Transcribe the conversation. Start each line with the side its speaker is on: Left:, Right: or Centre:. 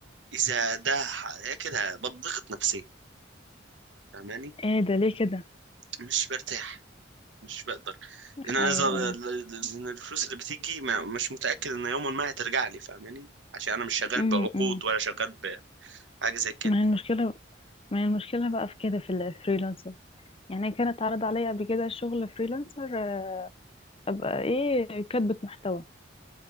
Right: اذا ده ح- كده بضغط نفسيا فاهماني
Left: ايه ده ليه كده
Right: مش برتاح مش بقدر لان انا
Left: ايوه
Right: اذا
Left: ايوه
Right: لان الفلوس اللي بتيجي ما مش متاكد ان يوما ما هترجع لي فاهماني عشان انا مش شغال
Left: امم
Right: بعقود
Left: امم
Right: ولا شغال بحاجه زي كده
Left: ما هي المشكلة ما هي المشكلة بقى في كده في الفريلانسر يعني كانت اتعرض عليا قبل كده شغل فريلانسر آه، ابقى ايه كاتبة محتوى